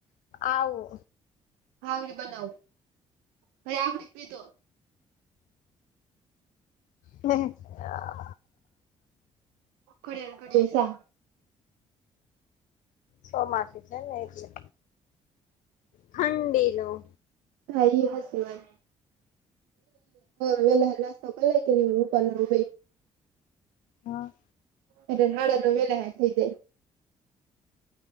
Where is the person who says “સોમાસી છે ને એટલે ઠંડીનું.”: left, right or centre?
Left